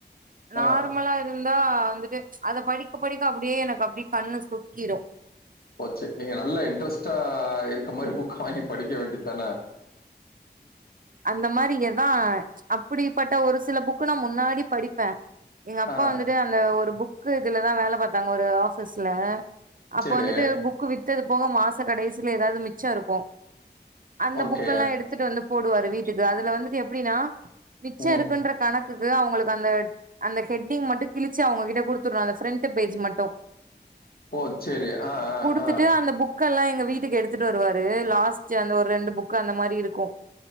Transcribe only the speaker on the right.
நார்மலா
இருந்தா வந்துட்டு அத படிக்க படிக்க அப்டியே எனக்கு அப்டியே கண்ணு சொக்கிறு
அந்த மாரி எதா அப்படிப்பட்ட ஒரு சில புக்கு நா முன்னாடி படிப்பே எங்க அப்பா
வந்துட்டு அந்த ஒரு புக்கு இதுல தா வேல பாத்தாங்க ஒரு ஆபீஸ்ல அப்ப
வந்துட்டு புக்கு வித்தது போக மாச கடைசல எதாவது மிச்ச இருக்கு அந்த
புக்கெல்லா எடுத்துட்டு வந்து போடுவாரு வீட்டுக்கு அதுல வந்துட்டு எப்படின்னா மிச்ச
இருக்குன்ற கணக் க்கு அவங்களுக்கு அந்த அந்த ஹெட்டிங் மட்டு கிழிச்சு அவங்க கிட்ட குடுத்துறனு அந்த பிரண்ட் ஃபேஜ் மட்டு
குடுத்துட்டு
அந்த புக் புக்கெல்லா எங்க வீட்டுக்கு எடுத்துட்டு வருவாரு லாஸ்ட் அந்த ஒரு ரெண்டு புக் அந்த மாரி இருக்கு